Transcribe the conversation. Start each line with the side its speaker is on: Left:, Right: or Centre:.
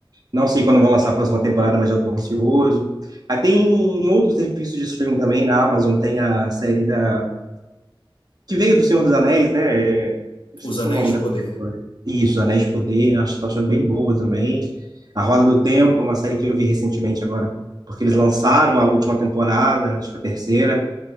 Right: não sei quando vão lançar a próxima temporada, mas já estou ansioso. Aí tem outros serviços de streaming também, na Amazon tem a série da que veio do Senhor dos Anéis, né? É, eu esqueci
Left: Os Anéis
Right: o nome
Left: de
Right: da
Left: Poder.
Right: série agora. Isso, Anéis de Poder, acho, tô achando bem boa também. A Roda do Tempo, é uma série que eu vi recentemente agora, porque eles lançaram a última temporada, acho que a terceira.